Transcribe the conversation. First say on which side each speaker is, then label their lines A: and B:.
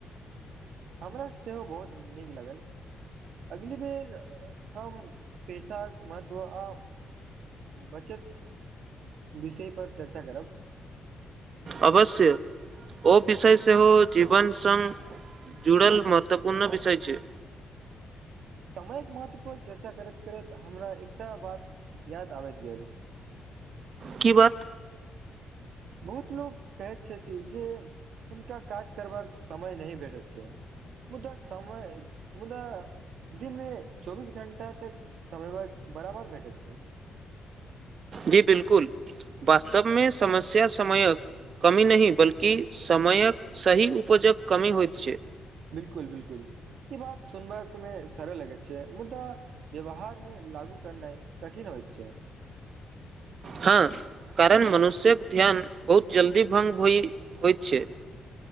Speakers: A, on the right; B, on the right.
A: हमरा सेहो बहुत नीक लागल, अगली बेर हम, पेशाक महत्व आ बचत विषयपर चर्चा करब।
B: अवश्य, ओ विषय सेहो जीवन सङ्ग जुड़ल महत्वपूर्ण विषय छैय।
A: अ महत्व! को चर्चा करैत करैत! हमरा एकटा बात याद आबैत गेल।
B: की बात?
A: बहुत लोक कहैत छथिन जे, हुनका काज करबाक समय नहि भेटैत छैय, मुदा समय मुदा दिनमे चौबीस घण्टा तक समयक बराबर भेटैत छैय।
B: जी बिलकुल वास्तवमे समस्या समयक कमी नहि! बल्कि समयक सही उपजक कमी होइत छैय।
A: बिलकुल -बिलकुल ई बात सुनब मे सरल लगैत छैय, मुदा व्यवहार मे लागू करनाइ कठिन होइत छैय।
B: हँ कारण मनुष्यक ध्यान बहुत जल्दी भंग भ होइत छैय।